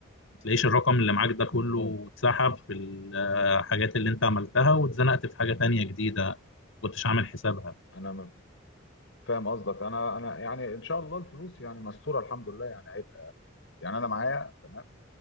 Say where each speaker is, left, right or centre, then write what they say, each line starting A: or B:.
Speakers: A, on the left; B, on the left.
A: ما تلاقيش الرقم اللي معاك ده كله
B: مفهوم
A: اتسحب في الحاجات اللي انت عملتها واتزنقت في حاجة تانية جديدة ما كنتش عامل حسابها
B: انا م- فاهم قصدك انا انا يعني ان شاء الله الفلوس يعني مستوره الحمد لله يعني هيبقى يعني انا معايا تمام